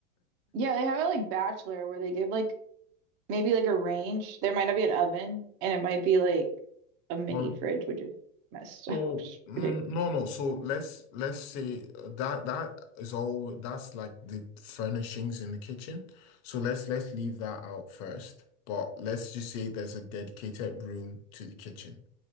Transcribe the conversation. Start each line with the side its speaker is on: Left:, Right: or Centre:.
Right: Yeah, they have it like bachelor where they give like maybe like a range. There might not be an oven and it might be like a mini
Left: Um,
Right: fridge, which is messed
Left: so
Right: up, <laughs> which is
Left: mm,
Right: ridiculous.
Left: no, no. So let's let's say uh, that that is all. That's like the furnishings in the kitchen. So let's let's leave that out first. But let's just say there's a dedicated room to the kitchen.